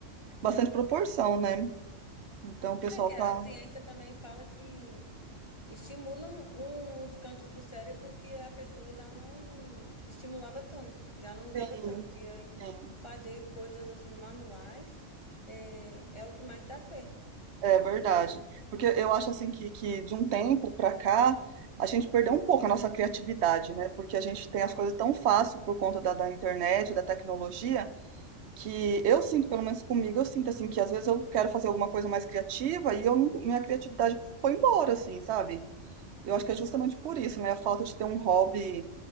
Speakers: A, on the right; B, on the left.
A: bastante proporção, né? Então o pessoal
B: é que a
A: tá.
B: ciência também fala que Estimulam uns cantos do cérebro que a pessoa já não estimulava tanto, já não usava
A: Sim,
B: tanto. E aí,
A: sim,
B: fazer coisas assim manuais é, é o que mais dá certo.
A: é verdade. Porque eu acho assim que, que de um tempo pra cá a gente perdeu um pouco a nossa criatividade, né? Porque a gente tem as coisas tão fácil por conta da, da internet, da tecnologia, que eu sinto, pelo menos comigo, eu sinto assim que às vezes eu quero fazer alguma coisa mais criativa e eu não- minha criatividade foi embora, assim, sabe? Eu acho que é justamente por isso, né? A falta de ter um hobby